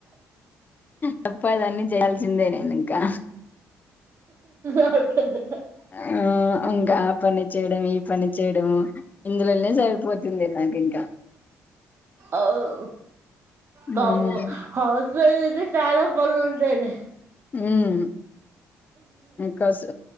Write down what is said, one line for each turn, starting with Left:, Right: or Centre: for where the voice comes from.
Left: తప్పదన్ని జేయాల్సిందే నేను ఇంకా
Right: అవుతుంది
Left: ఆ ఇంకా ఆ పని చేయడం ఈ పని చేయడం ఇందులోనే సరిపోతుంది నాకింకా
Right: అవ్
Left: ఉమ్
Right: తము హస్బెడ్ చాలా పనులుంటాయి లే
Left: ఉమ్ కాసు